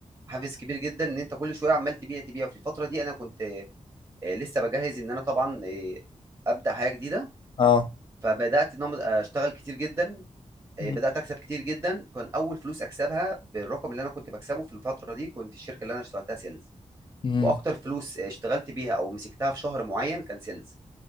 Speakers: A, on the right (about 20°); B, on the left (about 40°).
A: حافز كبير جدا ان انت كل شويه عمال تبيع تبيع في الفتره دي انا كنت آه، لسه بجهز ان انا طبعا آه، ابدا حياه جديده
B: اه
A: فبدات ان انا اشتغل كتير جدا آه،
B: مم.
A: بدات اكسب كتير جدا كان اول فلوس اكسبها بالرقم اللي انا كنت بكسبه في الفتره دي كنت في الشركه اللي انا اشتغلتها سيلز
B: مم.
A: واكتر فلوس آه، اشتغلت بيها او مسكتها في شهر معين كان سيلز